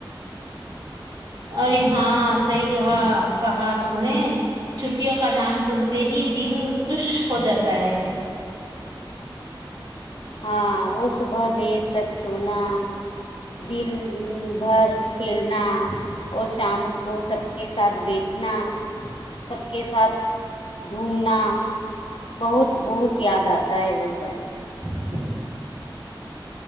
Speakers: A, on the right; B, on the left.
A: ارے ہاں صحی کہا کہا تم نے چھٹیوں کا نام سنتے ہی دل خوش ہو جاتا ہے
B: ہاں وہ صبح دیر تک سونا دل بھر کھیلنا اور شام کو سب کے ساتھ بیٹھنا سب کے ساتھ گھومنا بہت بہت یاد آتا ہے وہ سب
A: <inaudible>